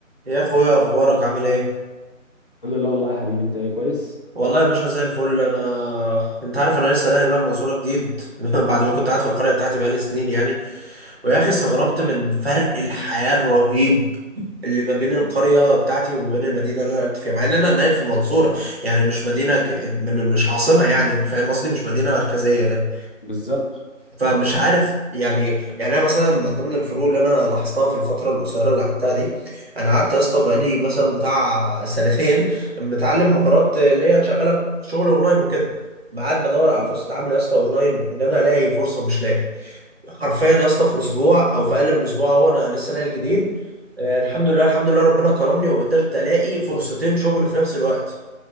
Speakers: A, on the right; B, on the left.
A: يا اخويا اخبارك عامل ايه
B: الحمد لله والله يا حبيبي انت ايه كويس
A: والله يا باشا زي الفل انا انت عارف انا لسه ناقل بقى المنصوره جديد <laughs> بعد ما كنت قاعد في القريه بتاعتي بقالي سنين يعني ويا اخي استغربت من فرق الحياه الرهيب اللي ما بين القريه بتاعتي وما بين المدينه اللي انا قاعد فيها مع ان انا ناقل في المنصوره يعني مش مدينه ك... من- مش عاصمه يعني فاهم قصدي مش مدينه مركزيه
B: بالظبط
A: فمش عارف يعني يعني انا مثلا من ضمن الفروق اللي انا لاحظتها في الفتره القصيره اللي قعدتها دي انا قعدت يا اسطى بقالي مثلا بتاع سنتين متعلم مهارات اللي هي تشغلك شغل اونلاين وكده ما قعدت بدور على
B: تمام
A: فرصه عمل يا اسطى اونلاين ان انا الاقي فرصه مش لاقي حرفيا يا اسطى في اسبوع او في اقل من اسبوع هو انا لسه ناقل جديد آه، الحمد لله الحمد لله ربنا كرمني وقدرت الاقي فرصتين شغل في نفس الوقت